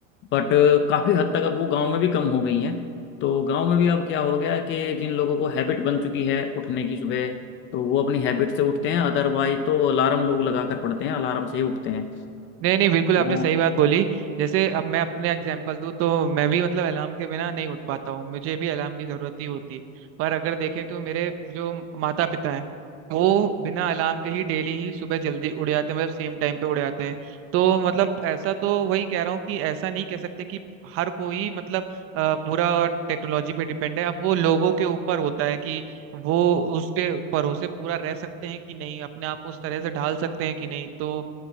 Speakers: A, on the left (about 30°); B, on the right (about 35°).
A: बट काफ़ी हद तक अब वो गांव में भी कम हो गई हैं तो गांव में भी अब क्या हो गया है कि जिन लोगों को हैबिट बन चुकी है उठने की सुबह तो वो अपनी हैबिट से उठते हैं अदरवाइज तो अलार्म लोग लगा कर पड़ते हैं अलार्म से ही उठते हैं
B: नहीं नहीं बिल्कुल आपने
A: तो
B: सही बात बोली जैसे अब मैं अपने एग्जांपल दूं तो मैं भी मतलब अलार्म के बिना नहीं उठ पाता हूँ मुझे भी अलार्म की जरूरत ही होती है पर अगर देखें तो मेरे जो माता पिता हैं वो बिना अलार्म के ही डेली ही सुबह जल्दी उड़ जाते हैं मतलब सेम टाइम पे उड़ जाते हैं तो मतलब ऐसा तो वही कह रहा हूँ कि ऐसा नहीं कह सकते कि हर कोई मतलब अ, पूरा टेक्नोलॉजी पे डिपेंड है अब वो लोगों के ऊपर होता है कि वो उसके भरोसे पूरा रह सकते हैं कि नहीं अपने आप को उस तरह से ढाल सकते हैं कि नहीं तो